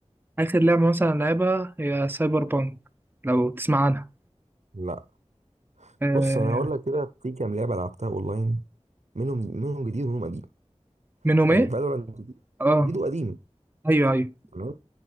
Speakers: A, on the right; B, on the right.
A: اخر لعبه مثلا لعبها هي سايبر بانك لو تسمع عنها
B: لا
A: آه،
B: بص انا هقول لك كده في كام لعبه لعبتها اونلاين منهم منهم جديد ومنهم قديم
A: منهم
B: يعني
A: ايه
B: فالورانت جديد
A: اه
B: جديد وقديم
A: ايوه ايوه
B: تمام